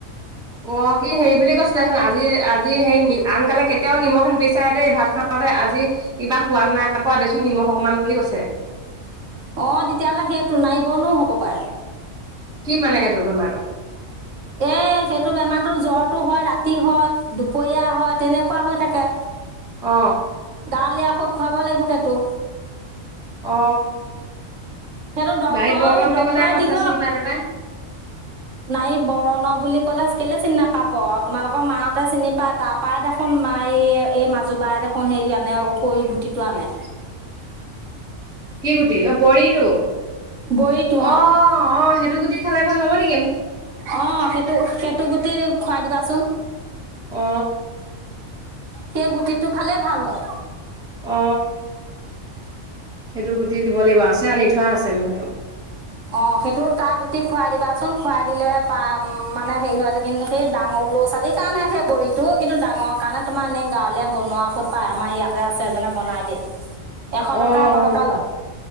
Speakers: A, in the centre; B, on the right.
A: অ কি হেৰি বুলি কৈছিলেচোন আজি আজি হে আনকালে কেতিয়াও নিমখ নিবচাৰে দেই ভাত খাওঁতে আজি কিবা সোৱাদ নাই পোৱা দেচোন নিমখ অকমান বুলি কৈছে
B: অ তেতিয়াহ'লে সেইটো নাই বনোও হব পাৰে
A: কি মানে সহঁতৰ বেমাৰো
B: এ সেইটো বেমাৰতো জ্বৰটো হয় ৰাতি হয় দুপৰীয়া হয় তেনেকুৱা হৈ থাকে
A: অ
B: গাঁৱলীয়া আকৌ খুৱাব লাগিব সেইটো
A: অ
B: সেইটো ডক্তৰেও
A: নাৰী বৰ্ণ বুলি
B: ড্টৰে
A: ক'লে আকৌ এইফালে
B: দিব
A: চিনি পাই নাপায়
B: নাইি বৰণ বুলি কলে কেলে চিনি নাপাব তোমালোকৰ <unintelligible> মাহঁতে চিনি পায় তাৰ পৰাৰাই দেখোন মা এই এই মাজু বাই দেখোন হেৰি আনে ওকৰি গুটিটো আনে
A: কি গোটি অ পঢ়িতো
B: বড়িটো
A: অ অ সেইটো গোট খ ভাল হব নি
B: অ সেইটো সেইটো গুটি খুৱাই দিবাচোন
A: অ
B: সেই গুটিটো খালে ভাল হয়
A: অ সেইটো গুটি দিব লাগিব আছে আনি থোৱা আছে মোৰ সেইটো
B: অ সেইটো তাৰ গুটি খুৱাই দিবাচোন খুৱাই দিলে প মানে হেৰি হয় কিন্তু সেই ডাঙৰ লৰা ছোৱালীৰ কাৰণেহে সেই বৰিতটো কিন্তু ডাঙৰ কাৰণে তোমাৰ এনেই গাঁৱলীয়া বনোৱা কত পায় আমাৰ ইয়াতে আছে এজনে বনাই দিয়ে এশ
A: অ
B: টকা এশ
A: অ
B: টকা লয়